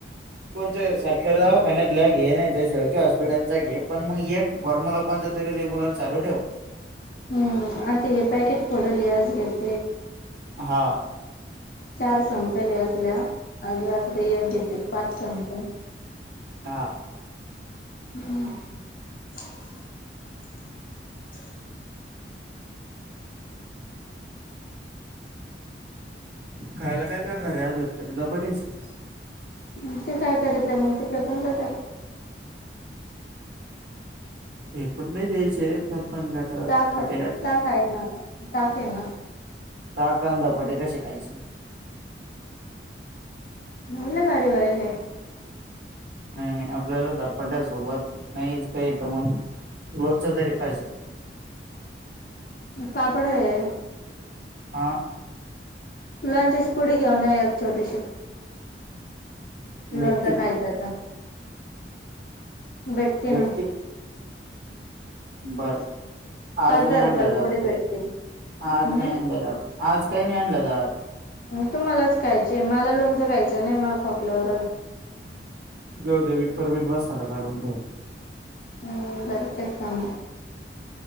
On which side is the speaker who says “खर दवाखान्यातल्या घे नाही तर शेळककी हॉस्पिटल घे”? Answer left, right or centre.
Right